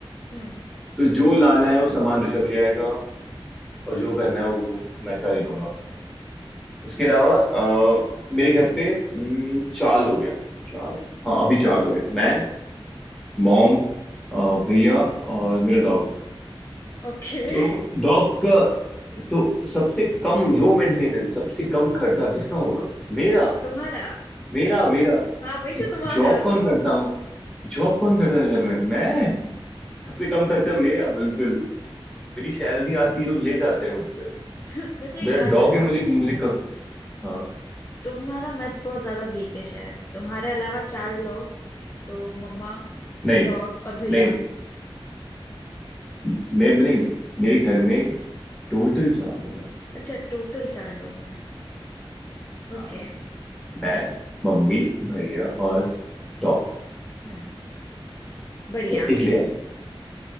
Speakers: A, on the left (about 25°); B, in the centre.
A: हम्म
B: तो जो लाना है वो सामान ऋषभ ले आएगा और जो करना है वो वो मैं कर ही लूंगा उसके अलावा अ, मेरे घर पे हम्म, चार लोग हैं चार हाँ अभी चार लोग हैं मैं मॉम अ, भैया और मेरा डॉग
A: <laughs> ओके
B: तो डॉग का तो सबसे कम लो मेंटेनेंस सबसे कम खर्चा किसका होगा मेरा
A: तुम्हारा
B: मेरा मेरा
A: हाँ वही तो तुम्हारा
B: जॉब कौन करता हूँ जॉब कौन करता है घर में मैं सबसे कम खर्चा मेरा बिल्कुल मेरी सैलरी आती है लोग ले जाते हैं मुझसे
A: <laughs> वैसे एक
B: मेरा
A: बात
B: डॉग
A: बताओ
B: ही मुझे मुझे क... हाँ
A: तुम्हारा मैथ बहुत ज्यादा वीक है शायद तुम्हारे अलावा चार लोग तो मम्मा
B: नहीं
A: डॉग और भैया
B: नहीं मैं मैं नहीं मेरे घर में टोटल चार लोग हैं
A: अच्छा टोटल चार लोग हैं ओके
B: हाँ मैं मम्मी भैया और डॉग
A: हम्म बढ़िया
B: तो इसलिए